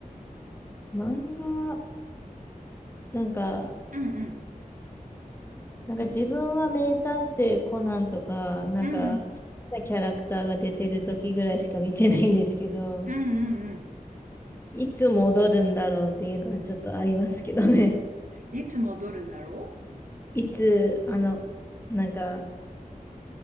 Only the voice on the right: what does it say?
うんうん。
うんうん。
うんうんうん。
いつ戻るんだろ